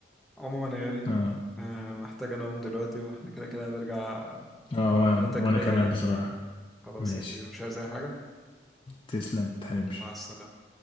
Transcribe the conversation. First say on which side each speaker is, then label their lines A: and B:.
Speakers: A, in the centre; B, on the left.
A: عموما يا غالي
B: اه,
A: آه، محتاج انا اقوم دلوقتي واحنا كده كده هنرجع
B: آه وأنا...
A: لنا تكملة
B: وانا كمان
A: يعني
B: بصراحه
A: خلاص
B: ماشي
A: يا كبير مش عايز أي حاجة
B: تسلم متحرمش
A: مع السلامة